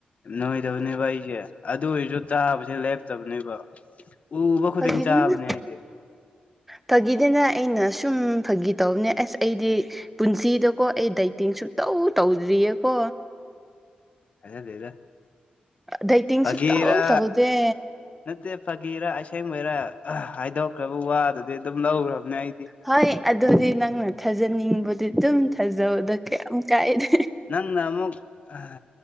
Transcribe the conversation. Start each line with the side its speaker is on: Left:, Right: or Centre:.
Left: ꯅꯣꯏꯗꯕꯅꯦꯕ ꯑꯩꯁꯦ ꯑꯗꯨ ꯑꯣꯏꯔꯁꯨ ꯆꯥꯕꯁꯦ ꯂꯦꯞꯇꯕꯅꯦꯕ ꯎꯕ ꯈꯨꯗꯤꯡ
Centre: ꯐꯥꯒꯤꯗꯅ
Left: ꯆꯥꯕꯅꯦ ꯑꯩꯗꯤ <inaudible>
Centre: ꯐꯥꯒꯤꯗꯅ ꯑꯩꯅ ꯁꯨꯝ ꯐꯥꯒꯤ ꯇꯧꯕꯅꯦ ꯑꯁ ꯑꯩꯗꯤ ꯄꯨꯟꯁꯤꯗꯀꯣ ꯑꯩ ꯗꯥꯏꯇꯤꯡ ꯁꯨꯡꯇꯧ ꯇꯧꯗ꯭ꯔꯤꯌꯦꯀꯣ
Left: ꯊꯥꯖꯗꯦꯗ
Centre: ꯗꯥꯏ-ꯇꯤꯡ
Left: ꯐꯥꯒꯤꯔ
Centre: ꯁꯨꯡꯇꯧ ꯇꯧꯗꯦ
Left: ꯅꯠꯇꯦ ꯐꯥꯒꯤꯔ ꯑꯁꯦꯡꯕꯩꯔ ꯍꯥꯏꯗꯣꯛꯈ꯭ꯔꯕ ꯋꯥꯗꯨꯗꯤ ꯑꯗꯨꯝ ꯂꯧꯈ꯭ꯔꯕꯅꯦ ꯑꯩꯗꯤ
Centre: ꯍꯣꯏ ꯑꯗꯨꯗꯤ ꯅꯪꯅ ꯊꯥꯖꯅꯤꯡꯕꯗꯤ ꯑꯗꯨꯝ ꯊꯥꯖꯕꯗ ꯀꯌꯥꯝ ꯀꯥꯏꯗꯦ
Left: ꯅꯪ ꯅ ꯑꯃꯨꯛ ꯑ